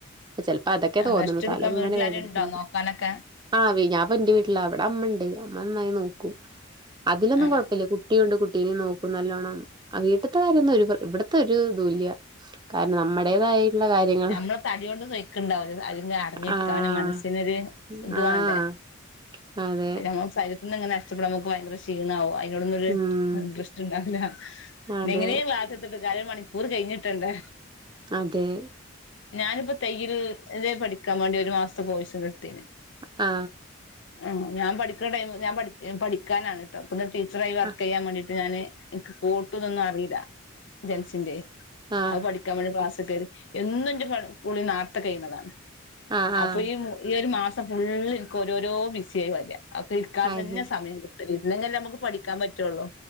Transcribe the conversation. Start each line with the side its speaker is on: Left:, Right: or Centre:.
Right: ചില പ്പ അതൊക്കെ തോന്നള്ളൂ
Left: റെസ്റ്റ് എടുക്കാൻ
Right: തല എങ്ങനെ
Left: വീട്ടിലാരുണ്ടോ
Right: വേദനിക്കണ്ട്
Left: നോക്കാനൊക്കെ
Right: ആ ഞാൻ ഇപന്റെ വീട്ടിലാ അവിടെ അമ്മണ്ട് മ്മന്നായി നോക്കും അതിലൊന്നും
Left: ആഹ്
Right: കൊഴപ്പില്ല കുട്ടിയുണ്ട് കുട് ട്ടി നോ ക്കു നല്ലോണം ആ വീട്ടത്തെ കാര്യന്നൊരു ഇവിടത്തെ ഒരു ഇതുംല്ല കാരണം നമ്മുടേതായിട്ടുള്ള കാര്യങ്ങൾ
Left: നമ്മളെ തടിയൊണ്ട് തോയ്ക്കണ്ടാവില്ല അട അടങ്ങിരിക്കാനും
Right: ആഹ്
Left: മനസ്സിനൊരു ഇതു
Right: ആഹ്
Left: വാണ്ടേ
Right: അതെ
Left: നമ്മ ഒന്ന് ഇങ്ങനെ കഷ്ടപ്പാടാമ്പോ നമുക്ക് ഭയങ്കര ക്ഷിണാവും അ <unintelligible> ഒരു
Right: ഉം
Left: റെസ്റ്റ് ണ്ടാവില്ല പിന്നെ
Right: അതെ
Left: എങ്ങനെയും ക്ലസ്സെടുത്തിട്ട് ഒരഅര മണിക്കൂർ കഴിഞ്ഞി ട്ടണ്ട്
Right: അതെ
Left: ഞാനിപ്പോ തയ്യല് ഇതേ പഠിക്കാൻ വാണ്ടി ഒരു മാസത്തെ കോഴ്സ് എടുത്തീന്
Right: ആ
Left: ആ ഞാൻ പഠിക്കുന്ന ടൈമ് ഞാൻ പഠിക്കാനാണ് ട്ടോ ഒന്ന് ടീച്ചറായി വർക്ക്
Right: ആഹ്
Left: ചെയ്യാൻ വേണ്ടി ട്ട് ഞാന് എനിക്ക് കൂട്ട് ഇതൊന്നും അറില്ല ജൻസിന്റെ
Right: ആഹ്
Left: അത് പഠിക്കാ വേണ്ടി ക്ലാസ് ക്കേറി എന്നും ന്റെ കുളി നാത്ത കഴ്ണതാണ്
Right: ആഹ് ആഹ്
Left: അപ്പൊ ഈ ഈ ഒരു മാസം ഫുള്ള് നിക്ക് ഓരോരോ ബിസിയായി വരാ അവക്ക് ഇരിക്കാ
Right: അത്
Left: തന്നെ സമയം- ഇരിന്നെങ്കില്ലെ നമുക്ക് പഠിക്കാൻ പറ്റുവുള്ളൂ